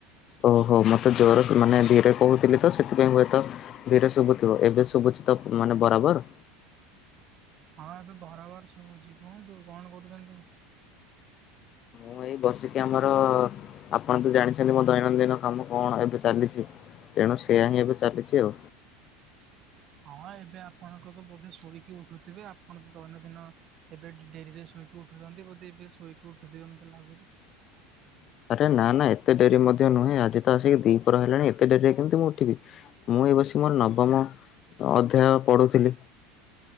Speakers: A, on the left; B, on the right.
A: ଓହୋ ମୋତେ ଜୋର ମାନେ ଧୀରେ କହୁଥିଲି ତ ସେଥିପାଇଁ ହୁଏତ ଧୀରେ ଶୁଭୁଥିବ ଏବେ ଶୁଭୁଛି ତ? ମାନେ ବରାବର।
B: ହଁ ଏବେ ବରାବର ସବୁ ଅଛି । କୁହନ୍ତୁ କଣ କରୁଛନ୍ତି?
A: ମୁଁ ଏଇ ବସିକି ଆମର ଆପଣ ତ ଜାଣିଛନ୍ତି ମୋ ଦୈନନ୍ଦିନ କାମ କଣ ଏବେ ଚାଲିଚି। ତେଣୁ ସେୟଆ ହିଁ ଏବେ ଚାଲିଚି ଆଉ।
B: ହଁ ଏବେ ଆପଣଙ୍କ ତ ବୋଧେ ଶୋଇକି ଉଠୁଥିବେ, ଆପଣ ତ ଦୈନନ୍ଦିନ ଏବେ ଡେରିରେ ଶୋଇକି ଉଠୁଚନ୍ତି ବୋଧେ ଏବେ ଶୋଇକି ଉଠୁଥିବେ ମତେ ଲାଗୁଚି।
A: <inaudible> ଆରେ ନା ନା ଏତେ ଡେରି ମଧ୍ୟ ନୁହେଁ ଆଜି ତ ଆସିକି ଦିପହର ହେଲାଣି ଏତେ ଡେରିରେ କେମତି ମୁଁ ଉଠିବି ମୁଁ ଏ ବସ ମୋର ନବମ ଅଧ୍ୟାୟ ପଢୁଥିଲି।